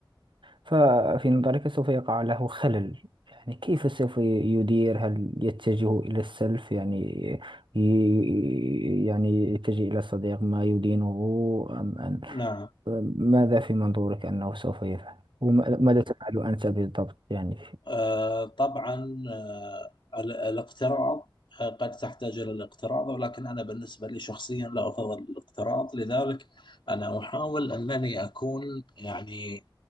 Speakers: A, on the right (about 80°); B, on the left (about 85°).
A: ففي نظرك سوف يقع له خلل يعني كيف سوف يدير هل يتجه إلى السلف يعني ي- يعني يتجه إلى صديق ما يدينه أم أن
B: نعم
A: ماذا في منظورك أنه سوف يفعل وماذا تفعل أنت بالضبط يعني
B: آه، طبعا آه، ال- الاقتراض آه، قد تحتاج إلى الاقتراض ولكن أنا بالنسبة لي شخصيا لا أفضل الاقتراض لذلك أنا أحاول أنني أكون يعني